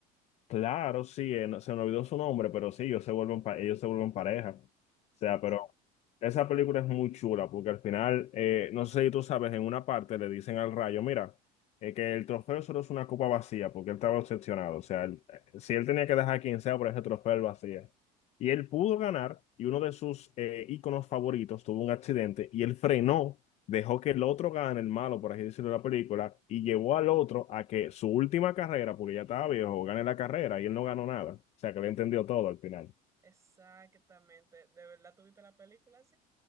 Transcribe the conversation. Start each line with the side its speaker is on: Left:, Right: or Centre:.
Left: Claro, sí, eh, no- se me olvidó su nombre, pero sí, ellos se vuelven, pa- ellos se vuelven pareja. O
Right: Sí,
Left: sea, pero esa película es muy chula porque al final, eh, no sé si tú sabes, en una parte le dicen al Rayo, mira, eh, que el trofeo solo es una copa vacía porque él estaba obsesionado. O sea, él- eh, si él tenía que dejar quien sea por ese trofeo él lo hacía. Y él pudo ganar y uno de sus eh, íconos favoritos tuvo un accidente y él frenó dejó que el otro gane, el malo, por así decirlo, de la película, y llevó al otro a que su última carrera, porque ya estaba viejo, gane la carrera y él no ganó nada. O sea, que lo entendió todo al final.
Right: exactamente. ¿De verdad tuviste la película así?